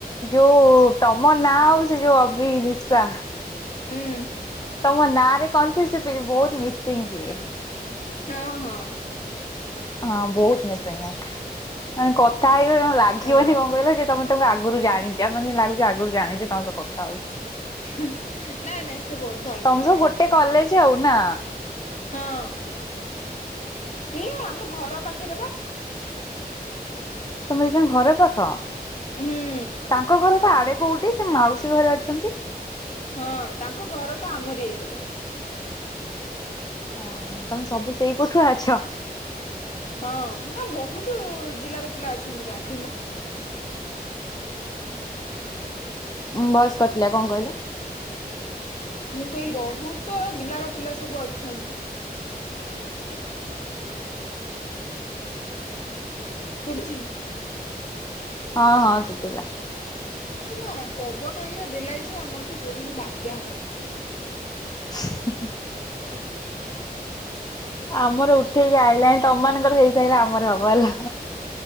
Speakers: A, on the left (about 25°); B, on the left (about 45°).
A: ଯୋଉ ତମ ନାଁ ଆଉ ସେ ଯୋଉ ଅବିଲିପ୍ସା।
B: ହୁଁ।
A: ତମ ନାଁ ରେ କନ୍ଫ୍ଯୁସ୍ ବହୁତ ମିସିଂ ସିଏ।
B: ହଁ ହଁ।
A: ହଁ ବହୁତ ମିସିଂ ମାନେ କଥା ହେଇଗଲେ ଲାଗିବନି
B: ହଁ
A: କଣ କହିଲ ଯେ ତମେ ତମ ଆଗରୁ ଜାଣିଛି ଆଉ ମାନେଲାଗୁଛି ଆଗରୁ ଜାଣିଛେ ତମ ସହ କଥା ହଉଛୁ।
B: ନାଇଁ ନାଇଁ ସେ ବହୁତ ଭଲ
A: ତମେ
B: ପିଲା।
A: ସବୁ ଗୋଟେ କଲେଜ ଆଉ ନା।
B: ହଁ ସ୍ତ୍ରୀ ଆମ ଘର ପାଖରେ ବା।
A: ତମେ ଦିଜଣ ଘର ପାଖ।
B: ହୁଁ।
A: ତାଙ୍କ ଘର ତ ଆଡେ କୋଉଠି ସେ ମାଉସୀଙ୍କ ଘରେ ଅଛନ୍ତି।
B: ହଁ ତାଙ୍କ ଘର ଟା ଆମରି ଏଇପଟେ।
A: ଓହୋ ତମେ ସବୁ ସେଇ ପଟୁଆ ଅଛ।
B: ହଁ ନା ବହୁତ ଜିଲ୍ଲାର ପିଲା ଅଛନ୍ତି ବା ଭିନ୍
A: ଉଁ ଭଏସ୍ କଟିଲା କଣ କହିଲ?
B: ମୁଁ କହିଲି ବହୁତ ଜିଲ୍ଲାର ପିଲା ସବୁ ଅଛନ୍ତି।
A: ହୁଁ ହୁଁ।
B: ଶୁଭୁଚି।
A: ହଁ ହଁ ଶୁଭିଲା।
B: ସେ ପା ପବନ ଏଇରା ଦେଲାଇ ଯେ ଆମ ଏଠି ଯୋଉାଟିକି ବାତ୍ୟା ହବ।
A: <inaudible> ଆମର ଉଠେଇକି ଆଇଲାଣି ତମମାନଙ୍କର ହେଇସାଇଲେ ଆମର ହବ ହେଲା।